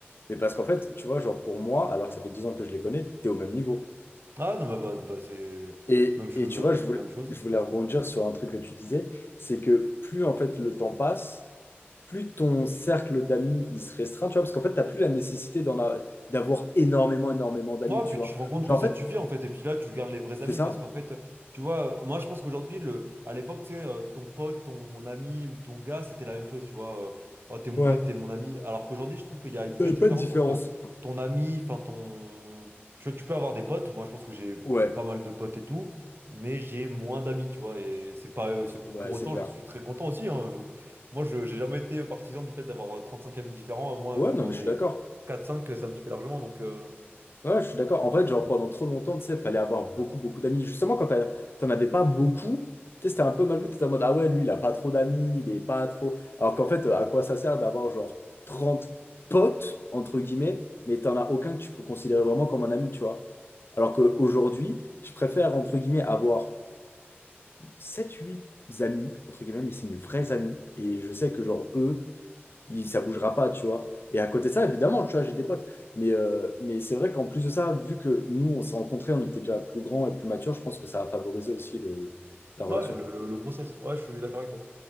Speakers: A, on the left; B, on the right.
A: mais parce qu'en fait, tu vois, genre pour moi, alors que ça fait 10 ans que je les connais, tu es au même niveau.
B: Ah non, mais bah, bah, c'est
A: Et,
B: même chose,
A: et tu
B: euh,
A: vois, je
B: même
A: voulais,
B: chose.
A: je voulais rebondir sur un truc que tu disais, c'est que plus en fait le temps passe, plus ton cercle d'amis il se restreint, tu vois, parce qu'en fait, t'as plus la nécessité d'en a- d'avoir énormément, énormément d'amis,
B: Ouais,
A: tu
B: puis tu
A: vois.
B: te rends compte
A: Genre,
B: que ça
A: en fait,
B: te suffit en fait, et puis là tu gardes les vrais
A: c'est
B: amis
A: ça?
B: parce qu'en fait, tu vois, euh, moi je pense qu'aujourd'hui, le... à l'époque, tu sais, euh, ton pote, ton ami ou ton gars, c'était la même chose, tu vois, euh, oh t'es mon
A: Ouais.
B: pote, t'es mon ami, alors qu'aujourd'hui je trouve qu'il y a une vraie
A: T'avais
B: différence
A: pas de différence.
B: entre ton ami, enfin ton. Tu vois, tu peux avoir des potes, moi je pense que j'ai
A: Ouais,
B: pas mal de potes et tout, mais j'ai moins d'amis, tu vois, et c'est pas. euh, c'est-
A: ouais,
B: Pour autant,
A: c'est clair.
B: j'en suis très content aussi, hein, je- Moi je j'ai jamais été partisan du fait d'avoir euh, cinq amis différents, euh, moi
A: Ouais,
B: tu
A: non,
B: m'en
A: mais
B: mets
A: je suis d'accord.
B: quatre cinq ça me suffit largement donc. euh,
A: Ouais, je suis d'accord. En fait, genre, pendant trop longtemps, tu sais, fallait avoir beaucoup, beaucoup d'amis. Justement, quand t'as- t'en avais pas beaucoup, tu sais, c'était un peu mal vu. T'étais en mode, ah ouais, lui, il a pas trop d'amis, il est pas trop. Alors qu'en fait, à quoi ça sert d'avoir, genre, 30 potes, entre guillemets, mais t'en as aucun que tu peux considérer vraiment comme un ami, tu vois. Alors qu'aujourd'hui, je préfère, entre guillemets, avoir sept huit amis, entre guillemets, mais c'est mes vrais amis. Et je sais que, genre, eux, il, ça bougera pas, tu vois. Et à côté de ça, évidemment, tu vois, j'ai des potes. Mais, euh, mais c'est vrai qu'en plus de ça, vu que nous, on s'est rencontrés, on était déjà plus grands et plus matures, je pense que ça a favorisé aussi le- la relation.
B: Ouais, le, le, le process. Ouais, je suis d'accord avec toi.